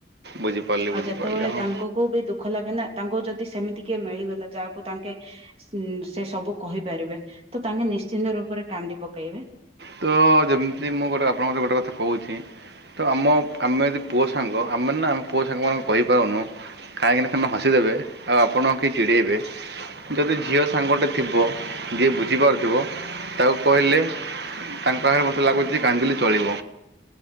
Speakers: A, on the right; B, on the right.
A: ବୁଝିପାରିଲି
B: ଆଉ
A: ବୁଝିପାରିଲି
B: ଯେତେବେଳେ
A: ହଁ
B: ତାଙ୍କୁକୁ ବି ଦୁଃ ଖ ଲାଗେ ନା ତାଙ୍କୁ ଯଦି ସେମିତି କିଏ ମିଳିଗଲା ଯାହାକୁ ତାଙ୍କେ ଉ ସେ ସବୁ କହିପାରିବେ ତ ତାଙ୍କେ ନିଶ୍ଚିନ୍ତ ରୂପରେ କାନ୍ଦି ପକେଇବେ।
A: ତ ଯେମିତି ମୁଁ ଗୋଟେ ଆପଣଙ୍କର ଗୋଟେ କଥା କହୁଚି ତ ଆମ ଆମେ ଯଦି ପୁଅ ସାଙ୍ଗ ଆମେ ନା ଆମ ପୁଅ ସାଙ୍ଗମାନଙ୍କୁ କହିପାରୁନୁ କାଇଁକିନାି ସେମାନେ ହସିଦେବେ ଆଉ ଆପଣ କେ ଚିଡ଼େଇବେ। ଯଦି ଝିଅ ସାଙ୍ଗଟେ ଥିବ ଯିଏ ବୁଝିପାରୁଥିବ ତାକୁ କହିଲେ ତାଙ୍କ ପାଖରେ ମତେ ଲାଗୁଚି କାନ୍ଦିଲି ଚଳିବ।